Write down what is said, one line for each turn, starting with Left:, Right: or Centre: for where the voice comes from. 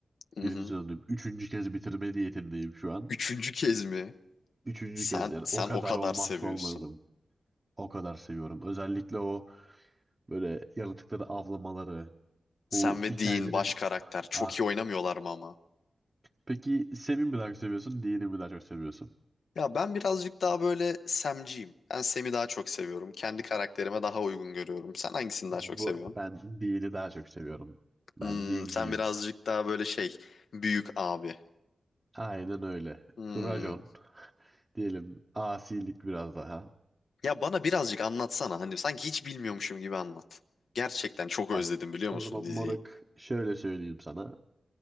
Left: Hı
Right: Birinci
Left: hı.
Right: sezondayım. Üçüncü kez bitirme niyetindeyim şu an.
Left: Üçüncü kez mi?
Right: Üçüncü
Left: Sen
Right: kez yani
Left: sen
Right: o kadar
Left: o kadar
Right: olmazsa
Left: seviyorsun.
Right: olmazım. O kadar seviyorum. Özellikle o böyle yaratıkları avlamaları,
Left: Sen
Right: o hikayelerin...
Left: ve Dean baş karakter. Çok
Right: Ah,
Left: iyi oynamıyorlar mı ama?
Right: peki Sem'i mi daha çok seviyorsun, Dean'i mi daha çok seviyorsun?
Left: Ya ben birazcık daha böyle Sam'ciyim. Ben Sam'i daha çok seviyorum. Kendi karakterime daha uygun görüyorum. Sen hangisini daha
Right: Bu,
Left: çok seviyorsun?
Right: ben Dean'i daha çok seviyorum. Ben
Left: Hmm,
Right: Dean'ciyim.
Left: sen birazcık daha böyle şey, büyük abi.
Right: Aynen öyle.
Left: Hmm.
Right: Rajon diyelim asilik biraz daha.
Left: Ya bana birazcık anlatsana. Hani sanki hiç bilmiyormuşum gibi anlat. Gerçekten çok özledim
Right: Bak
Left: biliyor
Right: o
Left: musun
Right: zaman
Left: diziyi?
Right: moruk şöyle söyleyeyim sana.